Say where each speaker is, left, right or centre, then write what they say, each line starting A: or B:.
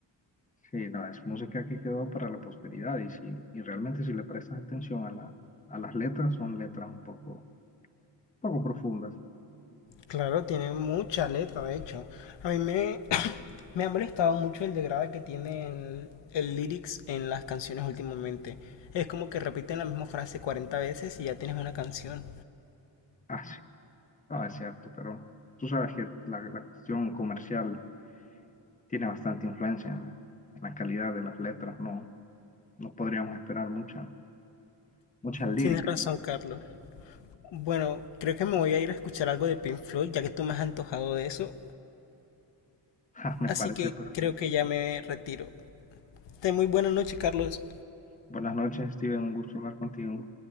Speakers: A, on the left (about 20°); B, on the left (about 75°).
A: Sí, no, es música que quedó para la posteridad y, si, y realmente si le prestas atención a, la, a las letras, son letras un poco, poco profundas.
B: Claro, tiene mucha letra, de hecho. A mí me, <coughs> <clears throat> me ha molestado mucho el degrade que tiene el, el lyrics en las canciones últimamente. Es como que repiten la misma frase 40 veces y ya tienes una canción.
A: Ah, sí, ah es cierto, pero tú sabes que la, la cuestión comercial tiene bastante influencia en la, en la calidad de las letras, no, no podríamos esperar mucha, mucha lírica,
B: Tienes razón,
A: ¿no?
B: Carlos. Bueno, creo que me voy a ir a escuchar algo de Pink Floyd, ya que tú me has antojado de eso.
A: <laughs> Me
B: Así
A: parece
B: que
A: perfecto.
B: creo que
A: sí.
B: ya me retiro. Ten muy buena noche, Carlos.
A: Buenas noches, Steven, un gusto hablar contigo.